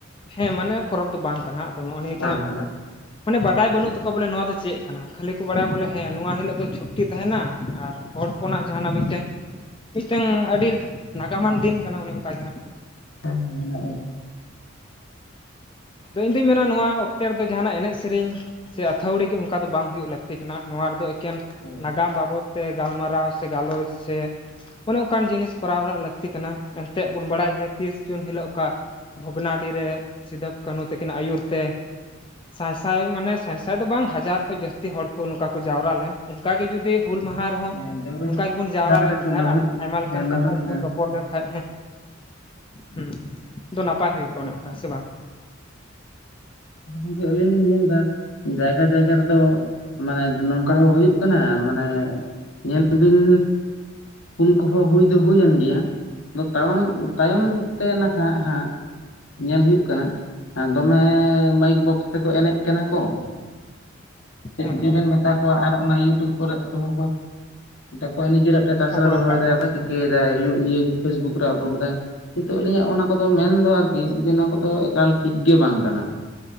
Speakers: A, on the left; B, on the left.
A: ᱦᱮᱸ ᱢᱟᱱᱮ ᱯᱚᱨᱚᱵᱽ ᱫᱚ ᱵᱟᱝ ᱠᱟᱱᱟ ᱾ ᱟᱫᱚ ᱱᱚᱜᱼᱚ ᱱᱤᱭᱟᱹᱟᱹᱜᱮ
B: ᱵᱟᱝ
A: ᱦᱟᱸᱜ
B: ᱠᱟᱱᱟ
A: ᱢᱟᱱᱮ ᱵᱟᱰᱟᱭ ᱵᱟᱹᱱᱩᱜ ᱛᱟᱠᱚᱣᱟ ᱵᱚᱞᱮ ᱱᱚᱣᱟ ᱫᱚ ᱪᱮᱫ ᱠᱟᱱᱟ᱾ ᱠᱷᱟᱹᱞᱤ ᱠᱚ ᱵᱟᱲᱟᱭᱟ ᱵᱚᱞᱮ ᱦᱮᱸ ᱱᱚᱣᱟ ᱦᱤᱞᱳᱜ ᱫᱚ ᱪᱷᱩᱴᱤ ᱛᱟᱦᱮᱱᱟ ᱟᱨ ᱦᱚᱲ ᱦᱚᱯᱚᱱᱟᱜ ᱡᱟᱦᱟ ᱚᱱᱟ ᱢᱤᱫᱴᱮᱱ ᱢᱤᱫᱴᱟᱝ ᱟᱹᱰᱤ ᱱᱟᱜᱟᱢᱟᱱ ᱫᱤᱱ ᱠᱟᱱᱟ ᱾ ᱚᱱᱮ ᱚᱱᱠᱟ ᱜᱮ ᱦᱟᱸᱜ
B: ᱦᱮᱸ ᱢᱟᱱᱟᱜ ᱟ
A: ᱫᱚᱧ ᱫᱩᱧ ᱢᱮᱱᱟ ᱱᱚᱣᱟ ᱛᱮ ᱨᱮᱫᱚ ᱡᱟᱦᱱᱟᱜ ᱮᱱᱮᱡ ᱥᱮᱨᱮᱧ ᱥᱮ ᱟᱹᱛᱷᱟᱣᱲᱤ ᱜᱮ ᱚᱱᱠᱟ ᱫᱚ ᱵᱟᱝ ᱦᱩᱭᱩᱜ ᱞᱟᱹᱠᱛᱤ ᱠᱟᱱᱟ ᱱᱚᱣᱟ ᱨᱮᱫᱚ ᱮᱠᱮᱱ
B: <inaudible>
A: ᱱᱟᱜᱟᱢ ᱵᱟᱵᱚᱫ ᱛᱮ ᱜᱟᱞᱢᱟᱨᱟᱣ ᱥᱮ ᱜᱟᱞᱚᱪ ᱥᱮ ᱚᱱᱮ ᱚᱱᱠᱟᱱ ᱡᱤᱱᱤᱥ ᱠᱚᱨᱟᱣ ᱨᱮᱱᱟᱜ ᱞᱟ ᱛᱤ ᱠᱟᱱᱟ ᱮᱱᱛᱮᱫ ᱵᱚᱱ ᱵᱟᱲᱟᱭ ᱜᱮᱭᱟ ᱛᱤᱥ ᱡᱩᱱ ᱦᱤᱞᱳᱜ ᱚᱠᱟ ᱵᱷᱚᱜᱽᱱᱟᱰᱤ ᱨᱮ ᱥᱤᱫᱩ ᱠᱟᱹᱱᱦᱩ ᱛᱟᱹᱠᱤᱱᱟᱜ ᱟᱹᱭᱩᱨ ᱛᱮ ᱥᱟᱭᱥᱟᱭ ᱢᱟᱱᱮ ᱥᱟᱭᱥᱟᱭ ᱫᱚ ᱵᱟᱝ ᱦᱟᱡᱟᱨ ᱠᱷᱚᱡ ᱡᱟᱹᱥᱛᱤ ᱦᱚᱲ ᱠᱚ ᱱᱚᱝᱠᱟ ᱠᱚ ᱡᱟᱣᱨᱟ ᱞᱮᱱ ᱚᱱᱠᱟᱜᱮ ᱡᱩᱫᱤ ᱦᱩᱞ ᱢᱟᱦᱟ ᱨᱮᱦᱚᱸ
B: ᱦᱮᱸ ᱡᱟᱣᱨᱟ
A: ᱱᱚᱝᱠᱟ
B: ᱠᱟᱛᱮ
A: ᱜᱮᱵᱚᱱ ᱡᱟᱣᱨᱟ
B: ᱡᱟᱦᱟᱸ ᱠᱟᱛᱮ
A: ᱞᱮᱱᱠᱷᱟᱱ
B: ᱠᱚ ᱞᱟᱹᱲᱦᱟᱹᱭ
A: ᱟᱨ ᱟᱭᱢᱟ ᱞᱮᱠᱟᱱ
B: ᱦᱮᱸ ᱞᱟᱹᱲᱦᱟᱹᱭ
A: ᱠᱟᱛᱷᱟ ᱛᱮᱵᱚᱱ
B: ᱞᱮᱱᱟ
A: ᱨᱚᱯᱚᱲ ᱞᱮᱱᱠᱷᱟᱱ ᱦᱮᱸ ᱦᱩᱸ ᱟᱫᱚ ᱱᱟᱯᱟᱭ ᱦᱩᱭ ᱠᱚᱜᱼᱟ ᱚᱱᱮ ᱚᱱᱠᱟ ᱥᱮ ᱵᱟᱝ
B: ᱜᱚᱝᱠᱮ ᱟᱹᱞᱤᱧ ᱞᱤᱧ ᱧᱮᱞ ᱮᱫᱟ ᱡᱟᱭᱜᱟ ᱡᱟᱭᱜᱟ ᱨᱮᱫᱚ
A: ᱦᱮᱸ
B: ᱢᱟᱱᱮ ᱱᱚᱝᱠᱟ ᱦᱚᱸ ᱦᱩᱭᱩᱜ ᱠᱟᱱᱟ ᱢᱟᱱᱮ ᱧᱮᱞ ᱵᱤᱱ ᱦᱩᱞ ᱠᱚᱦᱚᱸ ᱦᱩᱭ ᱫᱚ ᱦᱩᱭᱮᱱ ᱜᱮᱭᱟ ᱟᱫᱚ ᱛᱟᱲᱟᱢ ᱛᱟᱭᱚᱢ
A: ᱦᱮᱸ
B: ᱛᱮ ᱱᱟᱠᱷᱟᱡ ᱦᱟᱸᱜ ᱧᱮᱞ ᱦᱩᱭᱩᱜ ᱠᱟᱱᱟ ᱫᱚᱢᱮ ᱢᱟᱭᱤᱠ ᱵᱚᱠᱥ ᱛᱮᱠᱚ ᱮᱱᱮᱡ ᱠᱟᱱᱟ ᱠᱚ ᱪᱮᱫ
A: ᱦᱮᱸ ᱦᱮᱸ
B: ᱜᱮᱵᱮᱱ ᱢᱮᱛᱟ ᱠᱚᱣᱟ ᱟᱨ ᱚᱱᱟ ᱭᱩᱴᱩᱵᱽ ᱠᱚᱨᱮ ᱠᱚᱦᱚ ᱠᱚ ᱱᱤᱡᱮᱨᱟᱜ ᱴᱮᱴᱟᱥ
A: ᱟᱯᱞᱳᱰ
B: ᱨᱮ ᱫᱚᱦᱚᱭ
A: ᱠᱟᱜ ᱠᱟᱱᱟ
B: ᱫᱟ ᱚᱠᱚᱭ
A: ᱠᱚ ᱥᱮ
B: ᱪᱤᱠᱟᱹ
A: ᱵᱟᱝ
B: ᱯᱷᱮᱥᱵᱩᱠ ᱨᱮ ᱟᱯᱞᱳᱰ ᱮᱟᱭ ᱠᱤᱱᱛᱩ ᱟᱹᱞᱤᱧᱟᱜ ᱚᱱᱟ ᱠᱚᱫᱚ
A: ᱦᱩᱸ
B: ᱢᱮᱱᱫᱚ ᱟᱨ ᱠᱤ ᱡᱮ ᱚᱱᱟ ᱠᱚᱫᱚ ᱮᱠᱟᱞ ᱴᱷᱤᱠ ᱜᱮ ᱵᱟᱝ ᱠᱟᱱᱟ